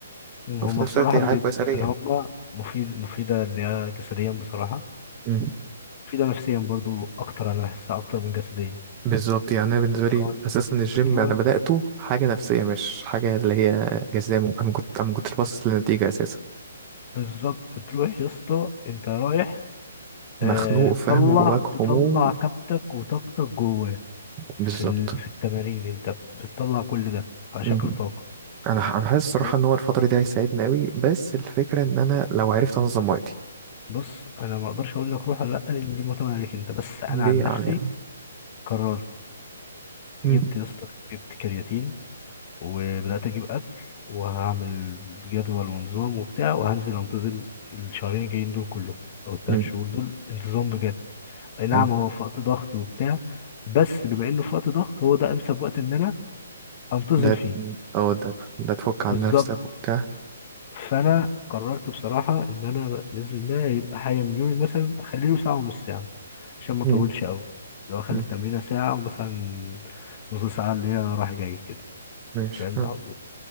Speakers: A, on the left; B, on the right.
A: هما
B: وفي نفس
A: بصراحة
B: الوقت هي
A: بي...
B: حاجه كويسه
A: يعني
B: ليا
A: هما مفيد مفيدة اللي هي جسديا بصراحة
B: مم.
A: مفيدة نفسيا برضو أكتر أنا بحسها أكتر من جسديا
B: بالظبط يعني انا بالنسبه لي
A: لو أنت
B: اساسا الجيم
A: بتروح
B: انا بداته حاجه نفسيه مش حاجه اللي هي جزاء انا كنت انا ما كنتش باصص للنتيجه اساسا
A: بالظبط بتروح يا اسطى أنت رايح
B: مخنوق
A: آه... تطلع
B: فاهم جواك
A: تطلع
B: هموم
A: كبتك وطاقتك جواه
B: بالظبط
A: في, ال... في التمارين أنت بتطلع كل ده على
B: مم.
A: شكل طاقة
B: انا انا حاسس الصراحه
A: فأنت-
B: ان هو الفتره دي هيساعدني قوي بس الفكره ان انا لو عرفت انظم وقتي
A: بص أنا ما أقدرش أقول لك روح ولا لأ لأن دي معتمدة عليك أنت بس أنا
B: دي
A: عن نفسي
B: علينا
A: قررت
B: مم.
A: جبت يا اسطى جبت كرياتين وبدأت أجيب أكل وهعمل جدول ونظام وبتاع وهنزل أنتظم الشهرين الجايين دول كلهم أو التلات
B: مم.
A: شهور دول انتظام بجد أي نعم
B: أيوة.
A: هو في وقت ضغط وبتاع بس بما إنه في وقت ضغط هو ده أنسب وقت إن أنا أنتظم
B: ده
A: فيه
B: اه ده ده تفك عن
A: بالظبط
B: نفسك وبتاع
A: فأنا قررت بصراحة إن أنا بإذن الله يبقى حاجة من يومي مثلا أخلي له ساعة ونص يعني عشان ما أطولش
B: مم.
A: أوي لو أخلي
B: مم.
A: التمرينة ساعة ومثلا نص ساعة اللي هي رايح جاي كده
B: ماشي
A: فاهم
B: مم.